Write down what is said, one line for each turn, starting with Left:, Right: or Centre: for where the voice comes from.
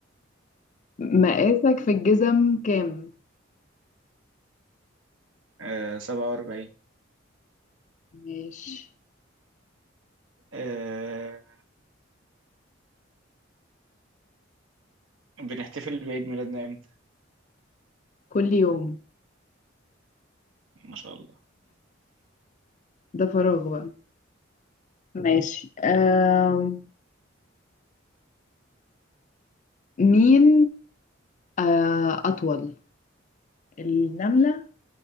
Left: مقاسك في الجزم كام
Right: آه، 47
Left: ماشي
Right: آه، بنحتفل بعيد ميلادنا إمتى
Left: كل يوم
Right: ما شاء الله
Left: ده فراغ بقى ماشي أم مين آه، أطول النملة